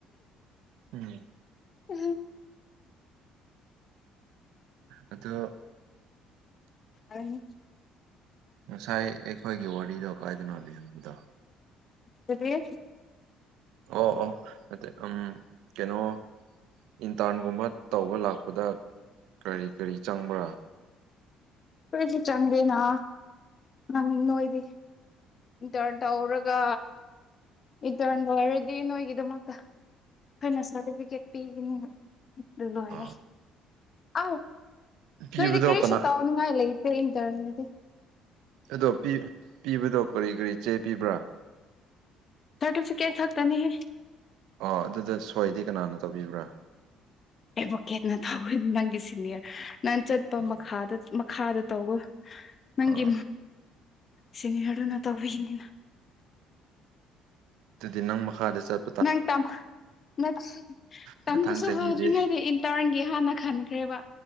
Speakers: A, on the right; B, on the left.
A: ꯎꯝ
B: ꯎꯝ
A: ꯑꯗꯣ
B: ꯑꯅꯤ
A: ꯉꯁꯥꯏ ꯑꯩꯈꯣꯏꯒꯤ ꯋꯥꯔꯤꯗꯣ ꯀꯥꯏꯗꯅꯣ ꯂꯤꯍꯟꯕꯗꯣ
B: <unintelligible>
A: ꯑꯣ ꯑꯣ ꯎꯝ ꯀꯩꯅꯣ ꯏꯟꯇꯥꯔ꯭ꯟꯒꯨꯝꯕ ꯇꯧꯕ ꯂꯥꯛꯄꯗ ꯀꯔꯤ ꯀꯔꯤ ꯆꯪꯕ꯭ꯔꯥ
B: ꯀꯣꯏꯁꯨ ꯆꯪꯗꯦꯅ ꯅꯪ ꯅꯣꯏꯗꯤ ꯏꯟꯇꯔꯟ ꯇꯧꯔꯒ ꯏꯟꯇꯔꯟ ꯑꯣꯏꯔꯗꯤ ꯅꯣꯏꯒꯤꯗꯃꯛꯇ ꯑꯩꯅ ꯁꯥꯔꯇꯤꯐꯤꯀꯦꯠ ꯄꯤꯒꯅꯤ ꯂꯣꯏꯔꯦ
A: ꯑꯥ
B: ꯑꯥꯎ
A: ꯄꯤꯕꯗꯣ
B: ꯅꯣꯏꯗꯤ ꯀꯔꯤꯁꯨ
A: ꯀꯅꯥ
B: ꯇꯧ ꯍꯥꯏꯂꯩꯇꯦ ꯏꯠꯇꯦꯔꯟ ꯗꯗꯤ
A: ꯑꯗꯣ ꯄꯤ ꯄꯤꯕꯗꯣ ꯀꯔꯤ ꯀꯔꯤ ꯆꯦ ꯄꯤꯕ꯭ꯔꯥ
B: ꯁꯔꯇꯤꯐꯤꯀꯦꯠ ꯈꯛꯇꯅꯤꯍꯦ
A: ꯑꯣ ꯑꯗꯨꯗ ꯁꯣꯏꯗꯤ ꯀꯅꯥꯅ ꯇꯧꯕꯤꯕ꯭ꯔꯥ
B: ꯑꯦꯚꯣꯀꯦꯠꯅ ꯇꯧꯋꯤ ꯅꯪꯒꯤ ꯁꯤꯅꯤꯌꯔ ꯅꯪ ꯆꯠꯄ
A: ꯑꯣ
B: ꯃꯈꯥꯗ ꯃꯈꯥꯗ ꯇꯧꯋꯣ ꯅꯪꯒꯤ
A: ꯑꯣ
B: ꯁꯤꯅꯤꯌꯔꯗꯨꯅ ꯇꯧꯕꯤꯅꯤꯅ
A: ꯗꯨꯗꯤ ꯅꯪ ꯃꯈꯥꯗ ꯆꯠ
B: ꯅꯪ ꯇꯝ <unintelligible> ꯇꯝꯕꯁꯨ
A: ꯃꯊꯪ ꯆꯍꯤꯗꯤ
B: ꯍꯧꯗ꯭ꯔꯤꯉꯩꯗ ꯏꯟꯇꯔꯟꯒꯤ ꯍꯥꯟꯅ ꯈꯟꯈ꯭ꯔꯦꯕ